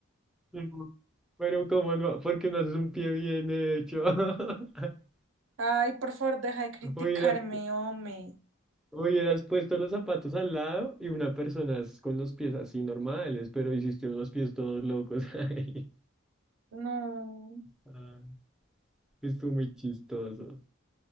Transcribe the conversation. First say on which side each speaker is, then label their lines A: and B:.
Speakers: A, in the centre; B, on the right (about 65°).
A: No, Pero como no, porque no haces un pie bien hecho. <laughs>
B: Ay, por favor, deja de criticarme,
A: Hubieras,
B: hombre.
A: hubieras puesto los zapatos al lado y una persona es con los pies así normales, pero hiciste unos pies todos locos <laughs> ahí.
B: No.
A: Ah, Estuvo muy chistoso.